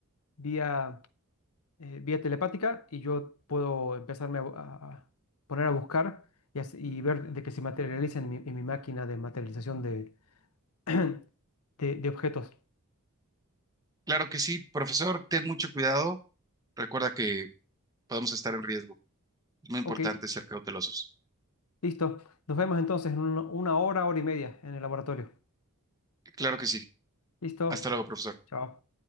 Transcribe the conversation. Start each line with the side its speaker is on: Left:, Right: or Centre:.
Left: vía, eh, vía telepática y yo puedo empezarme a, bu- a- a poner a buscar y, así- y ver de que se materializa en mi, en mi máquina de materialización de, <clears throat> de, de objetos.
Right: Claro que sí, profesor, ten mucho cuidado. Recuerda que podemos estar en riesgo. Es muy importante
Left: Ok,
Right: ser cautelosos.
Left: listo. Nos vemos entonces en una una hora, hora y media en el laboratorio.
Right: Claro que sí.
Left: Listo.
Right: Hasta luego, profesor.
Left: Chao.